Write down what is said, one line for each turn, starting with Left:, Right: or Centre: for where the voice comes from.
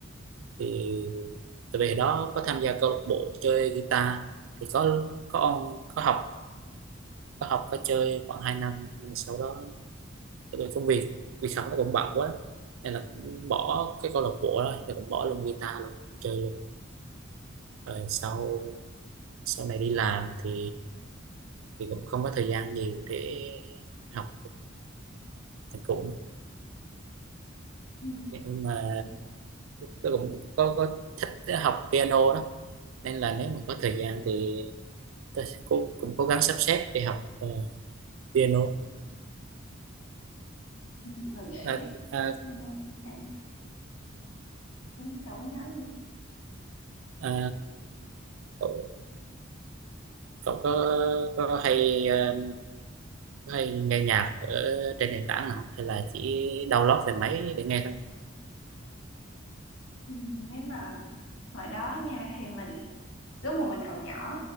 Right: thì từ về đó có tham gia câu lạc bộ chơi guitar thì có có on, có học có học có chơi khoảng 2 năm nhưng mà sau đó tại vì công việc việc học nó cũng bận quá nên là cũng bỏ cái câu lạc bộ đó rồi cũng bỏ luôn guitar luôn không chơi luôn rồi sau sau này đi làm thì thì cũng không có thời gian nhiều để học nhạc cụ
Left: Ừ.
Right: nhưng mà
Left: Ừ,
Right: tôi cũng có, có thích học piano đó nên là nếu mà có thời gian thì tôi sẽ cố, cũng cố gắng sắp xếp để học ờ, piano
Left: mình nghĩ
Right: à, à,
Left: piano cũng hay cũng chẳng nói gì
Right: à, cậu, cậu có có hay ờ, có hay nghe nhạc ở trên nền tảng nào không? hay là chỉ download về máy để nghe thôi
Left: Ừ, nếu mà hồi đó nha thì mình lúc mà mình còn nhỏ